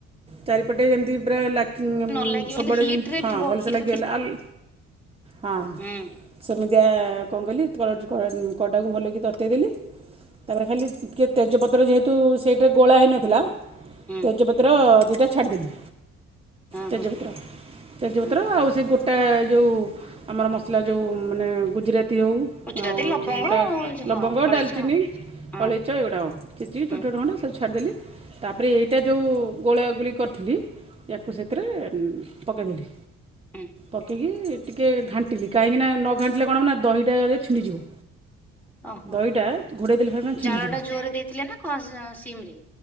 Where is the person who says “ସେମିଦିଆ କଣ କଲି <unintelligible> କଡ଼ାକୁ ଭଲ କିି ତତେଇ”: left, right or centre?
Right